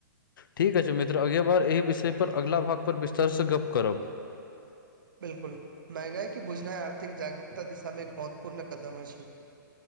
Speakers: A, on the left; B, on the right.
A: ठीक अछि मित्र, अगिला बेर एहि विषयपर अगिला भागमे विस्तारसँ गप्प करब।
B: बिल्कुल, महँगाईके बुझनाइ आर्थिक जागरूकताक दिशामे एक महत्वपूर्ण कदम अछि।